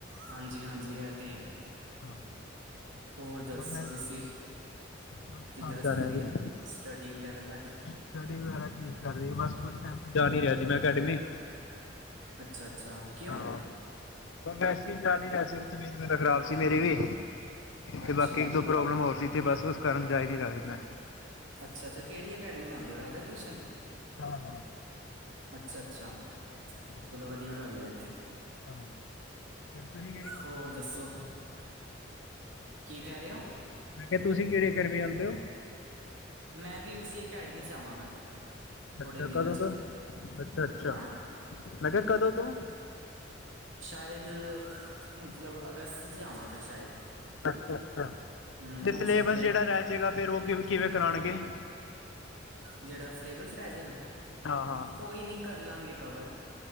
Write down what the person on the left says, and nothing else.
ਹਾਂ।
ਬਸ ਮੈਂ
ਬਸ
ਕਰਦਾ
ਰਿਹਾ
ਸਟੱਡੀ ਵਗੈਰਾ ਠੀਕ ਚਲ ਰਹੀ ਐ ਬਸ ਕੁਛ ਟੈਮ ਜਾ ਨੀ ਰਿਹਾ ਤੀ ਮੈਂ ਅਕੈਡਮੀ।
ਹਾਂ ਬਸ ਵੈਸੀ ਜਾ ਨੀ ਰਿਹਾ ਸੀ <unintelligible> ਤਬੀਅਤ ਵਗੈਰਾ ਖ਼ਰਾਬ ਸੀ ਮੇਰੀ ਵੀ।
ਤੇ ਬਾਕੀ ਇੱਕ-ਦੋ ਪ੍ਰੋਬਲਮ ਹੋਰ ਸੀ ਤੇ ਬਸ ਓਸ ਕਾਰਨ ਜਾਈ ਨੀ ਰਿਹਾ ਸੀ ਮੈਂ।
ਹਾਂ ਹਾਂ
ਹਾਂ
ਹਾਂ। ਹੋਰ ਤੁਸੀਂ ਕੇਹੜ
ਮੈਂ ਕਿਹਾ ਤੁਸੀਂ ਕਿਹੜੇ ਅਕੈਡਮੀ ਜਾਂਦੇ ਓ?
ਅੱਛਾ,
ਕਦੋਂ
ਤੋਂ, ਅੱਛਾ-ਅੱਛਾ,
ਮੈਂ ਕਿਹਾ ਕਦੋਂ ਤੋਂ?
ਅੱਛਾ-ਅੱਛਾ,
ਤੇ
ਸਿਲੇਬਸ
ਜਿਹੜਾ
ਰਹਿ ਜੇਗਾ ਫੇਰ ਉਹ ਕਿ ਕਿਵੇਂ ਕਰਾਣਗੇ।
ਹਾਂ ਹਾਂ